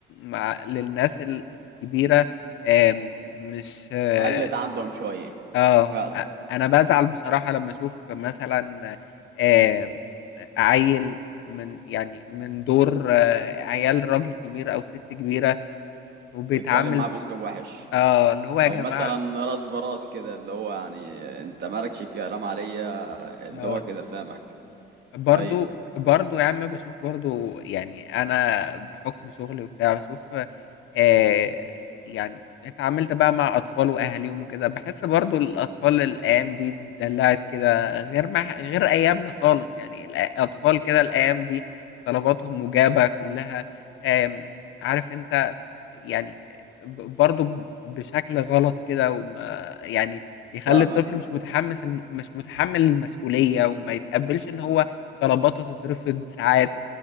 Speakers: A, on the left; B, on the right.
A: مع للناس الكبيرة آه مش اه,
B: قلت عندهم شوية
A: آه
B: فعلا
A: انا بزعل بصراحة لما اشوف مثلا آه عيل من يعني من دور آه عيال راجل كبير او ست كبيرة وبيتعامل
B: ويتكلم معاه بأسلوب وحش
A: اه اللي هو يا
B: او
A: جماعة
B: مثلا راس براس كده اللي هو يعني انت مالكش كلام عليا اللي
A: اه
B: هو كده فاهمك
A: برضو
B: ايوه
A: برضو يا عم بشوف برضو يعني انا بحكم شغلي وبتاع بشوف آه يعني اتعاملت بقى مع اطفال واهاليهم وكده بحس برضو الاطفال الايام دي اتدلعت كده غير مع غير ايامنا خالص يعني الاطفال كده الايام دي طلباتهم مجابة كلها آم، عارف انت يعني ب- برضه بشكل غلط كده وما يعني يخلي
B: فاهمك
A: الطفل مش متحمس مش متحمل المسؤولية وما يتقبلش ان هو طلباته تترفض ساعات